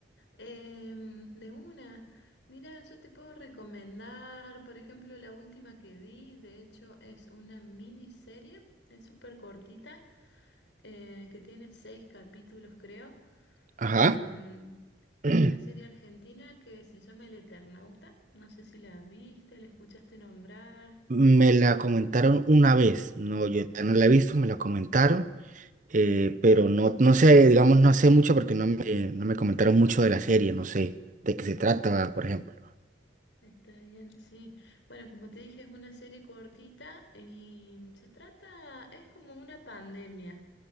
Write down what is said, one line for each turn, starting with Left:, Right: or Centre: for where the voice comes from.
Left: Em, de una, mira, yo te puedo recomendar, por ejemplo, la última que vi, de hecho es una miniserie, es súper cortita, eh, que tiene seis capítulos, creo.
Right: Ajá.
Left: Em,
Right: <clears throat>
Left: es una serie argentina que se llama El Eternauta, no sé si la viste, la escuchaste nombrar.
Right: Me la comentaron una vez. No, yo ya no la he visto, me la comentaron. eh, pero no, no sé, digamos, no sé mucho porque no me, no me comentaron mucho de la serie, no sé de qué se trata, por ejemplo.
Left: Está bien, sí. Bueno, como te dije, es una serie cortita y se trata, es como una pandemia.